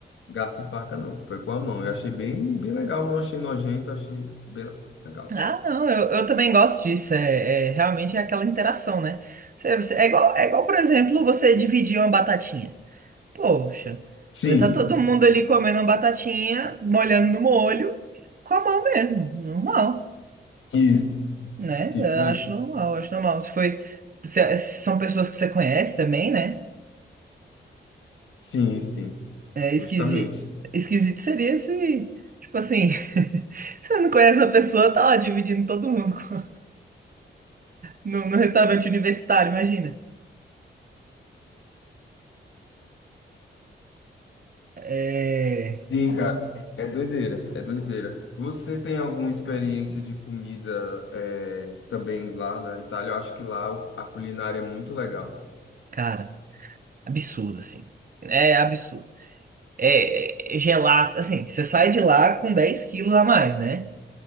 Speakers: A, on the left; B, on the right.
A: garfo e faca, não. Foi com a mão. Eu achei bem, bem legal, não achei nojento, achei bem legal.
B: Ah, não, eu, eu também gosto disso. É, é- realmente é aquela interação, né? Você- você- é igual, é igual, por exemplo, você dividir uma batatinha. Poxa,
A: Sim,
B: vai tá todo mundo ali comendo uma batatinha, molhando no molho, com a mão mesmo, normal,
A: isso,
B: né?
A: tipo
B: Eu
A: isso.
B: acho normal, acho normal. Se foi, se- é, se são pessoas que você conhece também, né?
A: Sim, sim,
B: É esquisito,
A: justamente.
B: esquisito seria se, tipo assim, <laughs> você não conhece a pessoa, tá lá dividindo todo mundo com- no, no restaurante universitário, imagina. É,
A: Sim, cara, é doideira, é doideira. Você tem alguma experiência de comida é, também lá na Itália? Eu acho que lá o- a culinária é muito legal.
B: cara, absurdo, assim. É absurdo. É, é gelato, assim, você sai de lá com 10 quilos a mais, né?